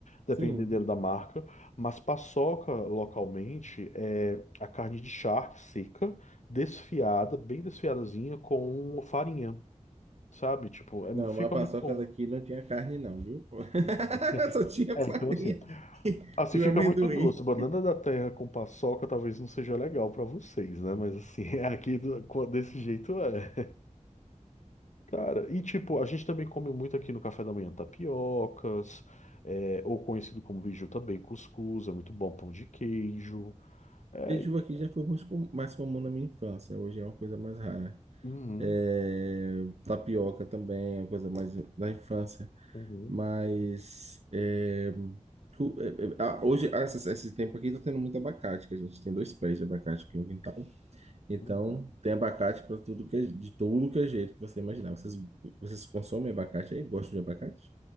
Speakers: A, on the left; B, on the right.
A: dependendo
B: sim.
A: da marca. Mas paçoca, localmente, é a carne de charque seca, desfiada, bem desfiadazinha, com farinha, sabe? Tipo, é-
B: Não,
A: fica
B: mas a paçoca
A: muito bom.
B: daqui não tinha carne não, viu? <laughs>
A: Entendi.
B: Só tinha
A: É,
B: farinha
A: então assim,
B: e
A: ah, se
B: e
A: fica
B: o amendoim.
A: muito doce, banana da terra com paçoca talvez não seja legal pra vocês, né? Mas assim, <laughs> é aqui do- co- desse jeito é. Cara, e tipo, a gente também come muito aqui no café da manhã tapiocas, é, ou conhecido como biju também, cuscuz, é muito bom, pão de queijo. É,
B: Beiju
A: e-
B: aqui já foi mais, com- mais comum na minha infância, hoje é uma coisa mais rara.
A: uhum,
B: É, tapioca também é uma coisa mais da infância.
A: uhum,
B: Mas é, tu- é, é, ah, hoje, ah, essa- esse, tempo aqui, tá tendo muito abacate, que a gente tem dois pés de abacate aqui no quintal. Então,
A: uhum.
B: tem abacate para tudo que é, de tudo que é jeito que você imaginar. Vocês, vocês consomem abacate aí? Gostam de abacate?